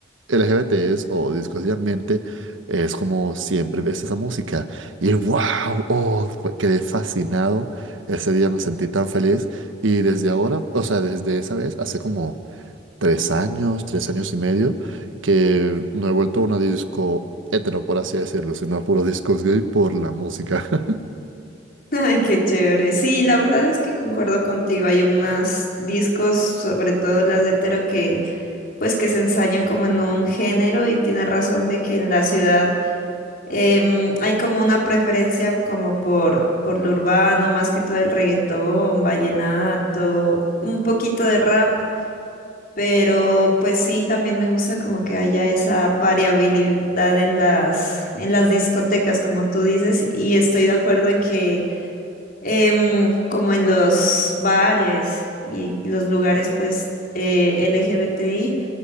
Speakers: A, on the right (about 80°); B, on the left (about 50°).
A: LGBTs o discos de ambiente es como siempre ves esa música y wow, oh, fue- quedé fascinado, ese día me sentí tan feliz y desde ahora, o sea, desde esa vez, hace como tres años, tres años y medio, que no he vuelto a una disco hetero, por así decirlo, sino a puros discos gay por la música. <laughs>
B: Ay, qué chévere. Sí, la verdad es que concuerdo contigo. Hay unos discos, sobre todo las de hetero, que pues que se ensañan como en un género y tiene razón de que en la ciudad em, hay como una preferencia como por, por lo urbano, más que todo el reggaetón, vallenato, un poquito de rap, pero pues sí, también me gusta como que haya esa variabilidad en las, en las discotecas, como tú dices, y estoy de acuerdo en que em, como en los bares y los lugares pues eh, LGBTI,